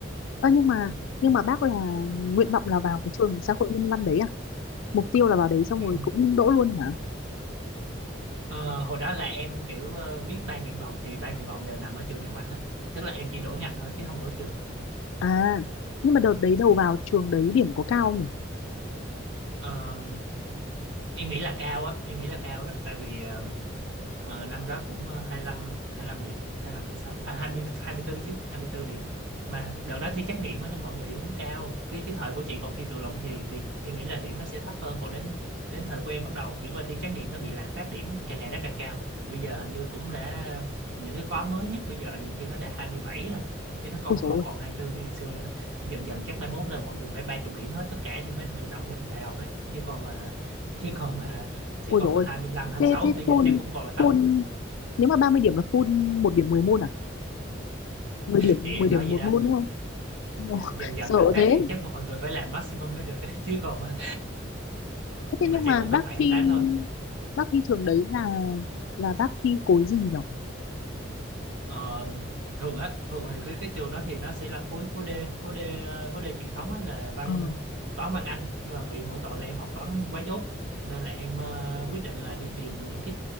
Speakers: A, on the left; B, on the right.
A: ơ nhưng mà
B: ừ.
A: nhưng mà bác là nguyện vọng là vào cái trường xã hội nhân văn đấy à mục tiêu là vào đấy xong
B: Ừ.
A: rồi cũng đỗ luôn hả
B: Ờ, hồi đó là em kiểu ờ, viết ba nguyện vọng thì ba nguyện vọng đều nằm ở trường nhân văn hết tức là em chỉ đổi ngành thôi chứ không đổi trường
A: À, nhưng mà đợt đấy đầu vào trường đấy điểm có cao không nhỉ?
B: Ờ, em nghĩ là cao á em nghĩ là cao đó tại vì um, ờ, năm đó cũng ờ, 25 lăm hai lăm điểm hai lăm hai 26 à 20 24 chứ 24 điểm mà đợt đó thi trắc nghiệm á nên mọi người điểm cũng cao cái cái thời của chị còn thi tự luận thì thì em nghĩ là điểm nó sẽ thấp hơn còn đến đến thời của em bắt đầu chuyển qua thi trắc nghiệm nó bị lạm phát điểm á, càng ngày nó càng cao bây giờ hình như cũng đã những cái khóa mới nhất bây giờ nhiều khi nó đã 27 rồi chứ nó còn
A: Ôi dồi
B: không
A: ôi,
B: còn 24 như ngày xưa nữa dần dần chắc mai mốt là mọi người phải ba chục điểm hết tất cả thì mới được đậu nhập đại học ấy chứ còn mà chứ còn mà chứ
A: ôi
B: còn
A: dồi ôi.
B: mà hai hai mươi lăm hai mươi
A: Thế,
B: sáu
A: thế
B: bây giờ
A: full,
B: chắc cũng còn là thấp
A: full, nếu mà 30 điểm là full một điểm 10 môn à? mười điểm,
B: thì em
A: 10 điểm
B: nói vậy
A: một
B: đó
A: môn đúng không? Ồ,
B: à, dần
A: <laughs>
B: dần
A: Sợ
B: lạm phát
A: thế.
B: điểm chắc mọi người phải làm maximum mới được <laughs> chứ còn mà,
A: Thế thế
B: nhưng
A: nhưng
B: mà chắc
A: mà
B: cũng hai
A: bác
B: hai mươi bảy hai
A: thi,
B: mươi tám thôi
A: bác thi trường đấy là, là bác thi khối gì nhỉ?
B: Ờ, thường á thường thì cái cái trường đó thì nó sẽ là khối khối D khối D ờ, khối D truyền thống á là văn
A: Ờ,
B: toán văn Anh nhưng mà bị mỗi tội là em học toán quá dốt nên là em ờ, quyết định là đi tìm những cái